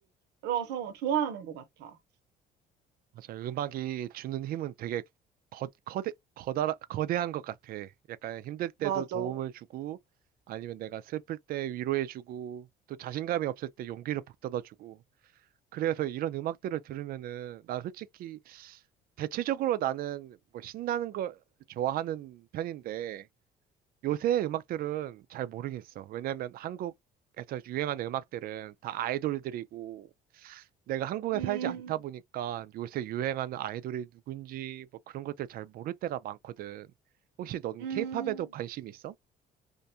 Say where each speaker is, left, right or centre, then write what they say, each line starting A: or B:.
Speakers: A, on the right (about 85°); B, on the right (about 60°).
A: 들어서 좋아하는 것 같아.
B: 맞아. 음악이 주는 힘은 되게 거, 거대, 거다, 거대한 것 같아. 약간 힘들 때도
A: 맞아.
B: 도움을 주고, 아니면 내가 슬플 때 위로해주고, 또 자신감이 없을 때 용기를 북돋아주고, 그래서 이런 음악들을 들으면은 나 솔직히 대체적으로 나는 뭐 신나는 걸 좋아하는 편인데 요새 음악들은 잘 모르겠어. 왜냐면 한국에서 유행하는 음악들은 다 아이돌들이고 내가 한국에
A: 음,
B: 살지 않다 보니까 요새 유행하는 아이돌이 누군지 뭐 그런 것들 잘 모를 때가 많거든. 혹시 넌
A: 음.
B: 케이팝에도 관심 있어?